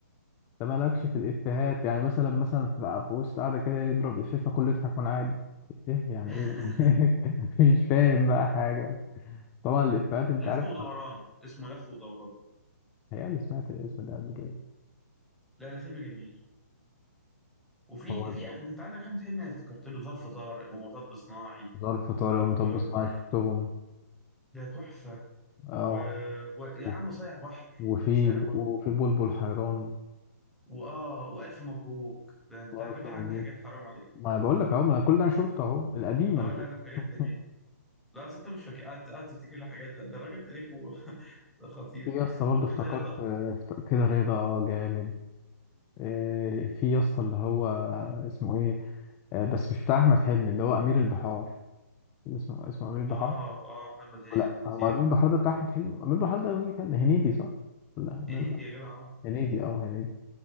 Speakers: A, on the left (about 25°); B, in the centre.
A: انت مالكش في الافيهات يعني مثلا مثلا في في وسط قاعده كده يضرب افيه فكله يضحك وانا قاعد ايه يعني
B: <laughs>
A: ايه <laughs> مش فاهم بقى حاجه طبعا الافيهات انت
B: لف
A: عارف
B: ودوران اسمه لف ودوران
A: هي اللي سمعت الاسم ده قبل كده
B: لا ده فيلم جميل وفي
A: هو
B: في انت عندك احمد حلمي انا افتكرت له ظرف طارق ومطب صناعي
A: ظرف طارق ومطب
B: وده
A: صناعي شفتهم
B: تحفة
A: اه
B: و... ويا
A: و-
B: عم صايع بحر
A: وفي
B: صايع بحر
A: وفي بلبل حيران <laughs>
B: واه والف مبروك ده انت
A: وألف
B: الراجل
A: مبروك
B: عامل حاجات حرام عليك
A: ما انا بقول لك اهو ما أنا كل ده انا شفته اهو القديم
B: اه
A: انا شفته
B: لا لا حاجات
A: <laughs>
B: جميله لا أصل انت مش فاكر قاعد قاعد تفتكر له حاجات لا ده الراجل تاريخه <laughs> خطير
A: في يا اسطى برضه
B: وكده
A: افتكرت
B: رضا
A: آه، افت- كده رضا اه جامد آه، في يا اسطى اللي هو آه، اسمه ايه آه، بس مش بتاع احمد حلمي اللي هو امير البحار اللي اسمه اسمه امير البحار
B: اه اه محمد هنيدي
A: لا
B: ده خطير
A: هو امير البحار ده بتاع احمد حلمي امير البحار ده اللي كان هنيدي صح لا
B: هنيدي
A: أمير البحار-
B: يا جدع اه
A: هنيدي اه هنيدي